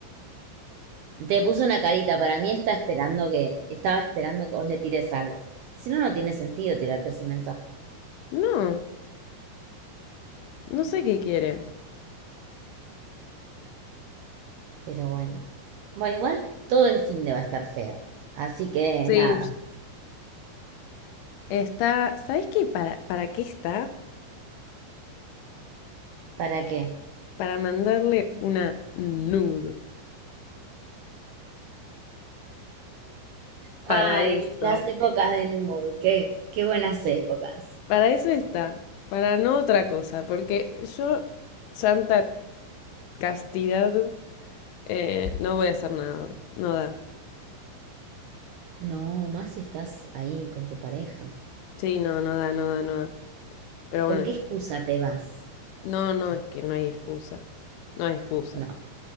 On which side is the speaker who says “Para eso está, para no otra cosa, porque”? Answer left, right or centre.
Left